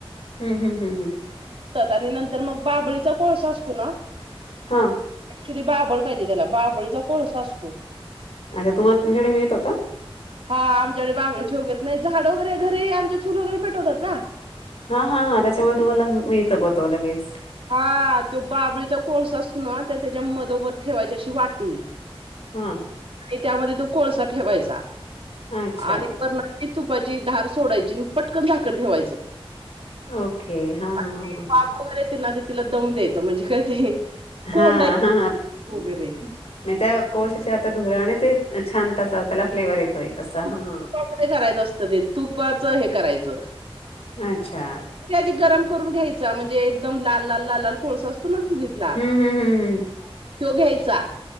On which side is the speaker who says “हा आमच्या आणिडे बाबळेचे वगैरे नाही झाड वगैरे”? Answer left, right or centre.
Right